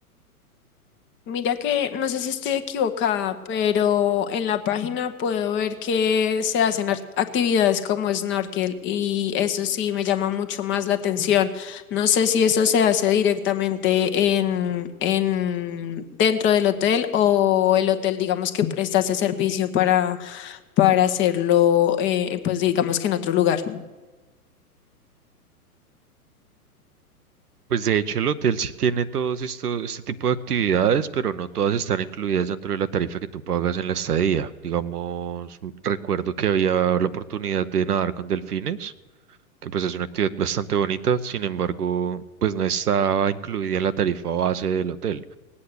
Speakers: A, on the left (about 25°); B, on the right (about 75°).
A: Mira que no sé si estoy equivocada, pero en la página puedo ver que se hacen ar- actividades como snorkel y eso sí me llama mucho más la atención. No sé si eso se hace directamente en, en dentro del hotel o el hotel, digamos que presta ese servicio para, para hacerlo, eh, pues digamos que en otro lugar.
B: Pues de hecho el hotel sí tiene todos esto, este tipo de actividades, pero no todas están incluidas dentro de la tarifa que tú pagas en la estadía. Digamos, m- recuerdo que había la oportunidad de nadar con delfines, que pues es una actividad bastante bonita, sin embargo, pues no estaba incluida en la tarifa base del hotel.